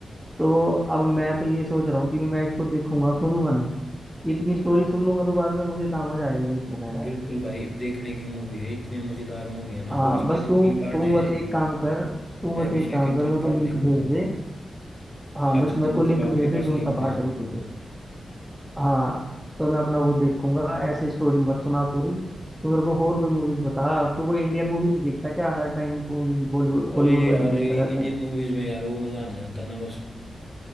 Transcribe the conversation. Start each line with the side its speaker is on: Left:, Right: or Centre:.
Centre: तो अब मैं तो ये सोच रहा हूँ कि मैं इसको देखूंगा सुनूंगा नहीं इतनी स्टोरी सुन लूंगा तो बाद में मुझे कहाँ मजा आएगा देखने का यार
Left: बिल्कुल भाई देखने की मूवी है इतने मजेदार मूवी है ना
Centre: आ,
Left: और इसके
Centre: बस
Left: तो
Centre: तू
Left: कई पार्ट
Centre: तू
Left: हैं
Centre: बस एक काम कर तू
Left: मैं
Centre: बस
Left: भी सेकंड
Centre: एक काम कर
Left: थर्ड
Centre: मेरे को
Left: पार्ट
Centre: लिंक
Left: देखूंगा
Centre: भेज दे हाँ बस
Left: अच्छा
Centre: मेरे
Left: तो
Centre: को
Left: मतलब
Centre: लिंक
Left: आपके
Centre: भेज दे
Left: पास
Centre: जो
Left: लिंक
Centre: सा पार्ट
Left: भेज
Centre: अभी
Left: दूंगा
Centre: तू हाँ तो मैं अपना वो देखूंगा ऐसे स्टोरी मत सुना पूरी तू मेरे को और कोई मूवीज बता तू कोई इंडियन मूवी नहीं देखता क्या हर टाइम तू यही बॉलीवुड हॉलीवुड
Left: अरे
Centre: वाली
Left: यार
Centre: देखता
Left: इंडियन
Centre: रहता है
Left: मूवीज में यार वो मजा नहीं आता ना बस